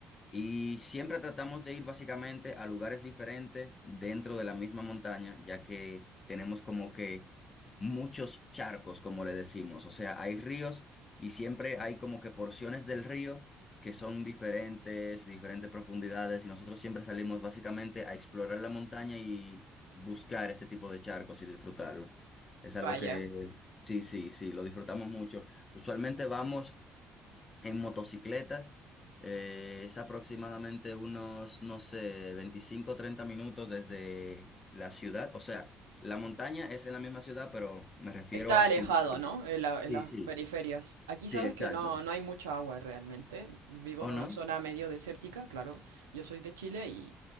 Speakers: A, on the left (about 35°); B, on the right (about 80°).
A: Y siempre tratamos de ir básicamente a lugares diferentes dentro de la misma montaña, ya que tenemos como que muchos charcos, como le decimos. O sea, hay ríos y siempre hay como que porciones del río que son diferentes, diferentes profundidades, y nosotros siempre salimos básicamente a explorar la montaña y buscar ese tipo de charcos y disfrutarlo. Es algo
B: Vaya.
A: que sí, sí, sí, lo disfrutamos mucho. Usualmente vamos en motocicletas. Eh, es aproximadamente unos, no sé, 25 o 30 minutos desde la ciudad. O sea, la montaña es en la misma ciudad, pero me refiero
B: Está
A: a subir.
B: alejado, ¿no? En la- en
A: Sí,
B: las
A: sí.
B: periferias. Aquí sabes
A: Sí, exacto.
B: que no, no hay mucha agua realmente. Vivo
A: ¿O
B: en
A: no?
B: una zona medio desértica, claro. Yo soy de Chile y,